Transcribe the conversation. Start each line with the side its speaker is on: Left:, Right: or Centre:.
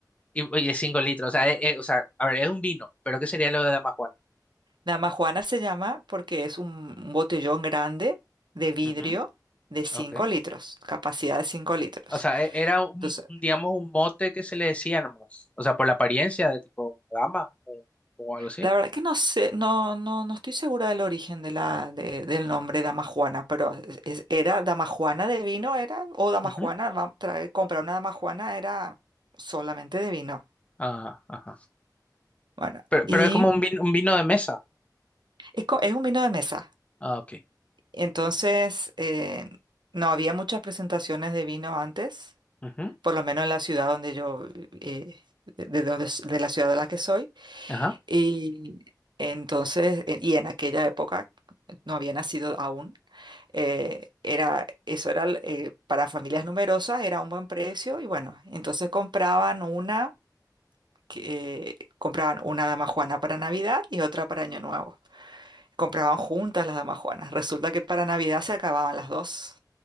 Left: Y, y de 5 litros. O sea, eh, eh, o sea, a ver, es un vino, pero ¿qué sería lo de dama juana?
Right: Damajuana se llama porque es un un botellón grande de vidrio
Left: Ujú,
Right: de cinco
Left: Ok.
Right: litros, capacidad de 5 litros.
Left: O sea, e- era un,
Right: Entonces,
Left: un, digamos, un mote que se le decía nomás. O sea, por la apariencia de tipo una dama o, o algo así.
Right: la verdad que no sé, no, no, no estoy segura del origen de la, de- del nombre Damajuana, pero es- era Damajuana de vino, era, o Damajuana,
Left: Ujú.
Right: va a traer- comprar una Damajuana era solamente de vino.
Left: Ah, ajá.
Right: Bueno,
Left: Pero,
Right: y
Left: pero es como un vino, un vino de mesa.
Right: es, co- es un vino de mesa.
Left: Ah, ok.
Right: Entonces, eh, no había muchas presentaciones de vino antes
Left: Ujú.
Right: por lo menos en la ciudad donde yo, eh, de, de donde s- de la ciudad de la que soy.
Left: Ajá.
Right: Y entonces, eh, y en aquella época, no había nacido aún, eh, era, eso era, l- eh, para familias numerosas era un buen precio y bueno, entonces compraban una, que, eh, compraban una dama juana para Navidad y otra para Año Nuevo. Compraban juntas las damas juanas. Resulta que para Navidad se acababan las dos.